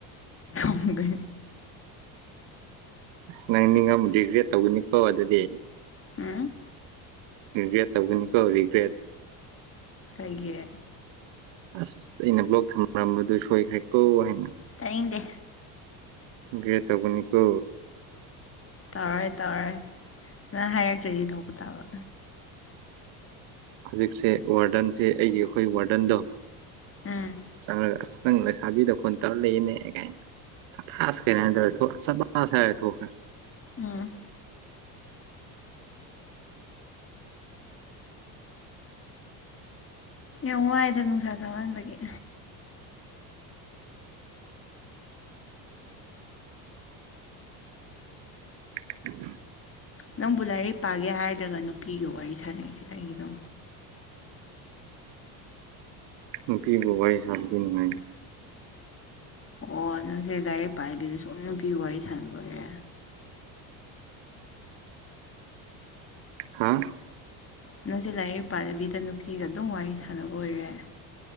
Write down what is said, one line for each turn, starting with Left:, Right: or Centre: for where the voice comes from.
Left: ꯊꯝꯒꯦ
Right: ꯑꯁ ꯅꯪ ꯅꯤꯡꯉꯝꯒꯤ ꯒ꯭ꯔꯦꯠ ꯇꯧꯒꯅꯤꯀꯣ ꯑꯗꯨꯗꯤ
Left: ꯍꯨꯝ
Right: ꯔꯤꯒ꯭ꯔꯦꯠ ꯇꯧꯒꯅꯤꯀꯣ ꯔꯤꯒ꯭ꯔꯦꯠ
Left: ꯀꯩꯒꯤ
Right: ꯑꯁ ꯑꯩꯅ ꯕ꯭ꯂꯣꯛ ꯊꯝꯔꯝꯕꯗꯨ ꯁꯣꯏꯒ꯭ꯔꯦꯀꯣ ꯍꯥꯏꯅ
Left: ꯇꯥꯏꯅꯤꯡꯗꯦ
Right: ꯒ꯭ꯔꯦꯠ ꯇꯧꯒꯅꯤꯀꯣ
Left: ꯇꯧꯔꯣꯏ ꯇꯧꯔꯣꯏ ꯅꯪ ꯍꯥꯏꯔꯛꯇ꯭ꯔꯗꯤ ꯇꯧꯕ ꯇꯥꯕ
Right: ꯍꯧꯖꯤꯛꯁꯦ ꯋꯥꯔꯗꯟꯁꯦ ꯑꯩꯒꯤ ꯑꯩꯈꯣꯏ ꯋꯥꯔꯗꯟꯗꯣ
Left: ꯎꯝ
Right: ꯆꯪꯔꯒ ꯑꯁ ꯅꯪ ꯂꯩꯁꯥꯕꯤꯗ ꯐꯣꯟ ꯇꯧꯔ ꯂꯩꯌꯦꯅꯦ ꯀꯥꯏꯅ ꯁꯐꯥꯁ ꯀꯥꯏꯅ ꯗ꯭ꯔꯗꯣ ꯁꯕꯥꯥꯁ ꯍꯥꯏꯔ ꯊꯣꯛꯈ꯭ꯔꯦ
Left: ꯎꯝ ꯌꯥꯝ ꯋꯥꯏꯗ ꯅꯨꯡꯁꯥ ꯁꯥꯃꯟꯕꯒꯤ
Right: <unintelligible>
Left: ꯅꯪꯕꯨ ꯂꯥꯏꯔꯤꯛ ꯄꯥꯒꯦ ꯍꯥꯏꯗ꯭ꯔꯒ ꯅꯨꯄꯤꯒ ꯋꯥꯔꯤ ꯁꯥꯟꯅꯔꯤꯁꯦ ꯀꯩꯒꯤꯅꯣ
Right: ꯅꯨꯄꯤꯒ ꯋꯥꯔꯤ ꯁꯥꯥꯕꯗꯤ ꯅꯨꯡꯉꯥꯏꯅ
Left: ꯑꯣ ꯅꯪꯁꯦ ꯂꯥꯏꯔꯤꯛ ꯄꯥꯏꯕꯤꯗ ꯁꯨꯝ ꯅꯨꯄꯤꯒ ꯋꯥꯔꯤ ꯁꯥꯟꯅꯕꯒꯦ
Right: ꯍꯥꯥ
Left: ꯅꯪꯁꯦ ꯂꯥꯏꯔꯤꯛ ꯄꯥꯗꯕꯤꯗ ꯅꯨꯄꯤꯒ ꯑꯗꯨꯝ ꯋꯥꯔꯤ ꯁꯥꯟꯅꯕ ꯑꯣꯏꯔꯦ